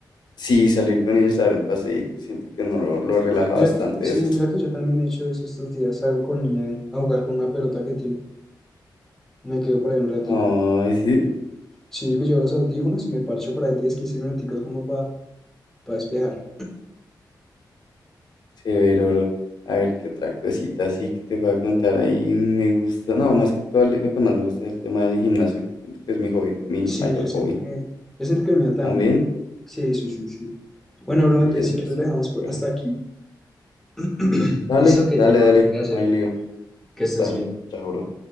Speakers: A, on the left; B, in the centre.
A: Sí, salir con ellos a dar un paseíto, siento que no lo, lo relaja
B: Mira
A: bastante
B: que, sí,
A: eso.
B: mira que yo también he hecho eso estos días. Salgo con nieve a jugar con una pelota que tiene. Me quedo por ahí un ratico.
A: Ay, sí,
B: Sí, me llevo los audífonos y me parcho por ahí 10 15 minuticos como para despejar.
A: severo, bro. A ver, ¿qué otra cosita así que te puedo contar ahí? Me gusta, no, más que todo, lo que más me gusta es el tema del gimnasio. Siento que es mi hobby, mi
B: Sí,
A: mayor
B: yo
A: hobby.
B: siento que, yo siento que el mío también.
A: También,
B: Sí, sí, sí, sí. Bueno, bro,
A: sí,
B: entonces
A: es
B: sí que
A: bastante
B: lo dejamos por
A: chévere.
B: hasta aquí. <clears throat>
A: Dale,
B: Listo, que
A: dale,
B: tengo
A: dale,
B: algo que hacer.
A: no hay lío.
B: Que estés
A: Dale,
B: bien.
A: chao, bro.